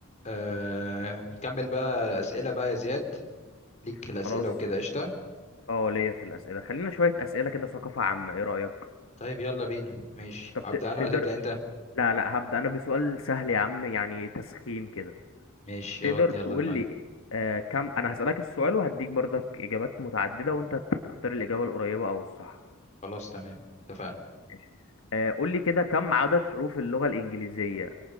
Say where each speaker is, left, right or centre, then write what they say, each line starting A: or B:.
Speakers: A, on the left (about 35°); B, on the left (about 70°).
A: آه، نكمل بقى الأسئلة بقى يا زياد ليك في الأسئلة
B: خلاص
A: وكده قشطة
B: اه ليا في الأسئلة خلينا شوية أسئلة كده ثقافة عامة ايه رأيك
A: طيب يلا بينا ماشي
B: طب
A: هبدأ
B: ت-
A: أنا
B: تقدر
A: ولا تبدأ أنت
B: لا لا هبدأ أنا بسؤال سهل يا عم يعني تسخين كده
A: ماشي
B: تقدر
A: يلا يلا
B: تقول
A: أنا معاك
B: لي آه كم أنا هسألك السؤال وهديك برضك إجابات متعددة وأنت تختار الإجابة القريبة أو الصح
A: خلاص تمام اتفقنا
B: ماشي آه قول لي كده كم عدد حروف اللغة الإنجليزية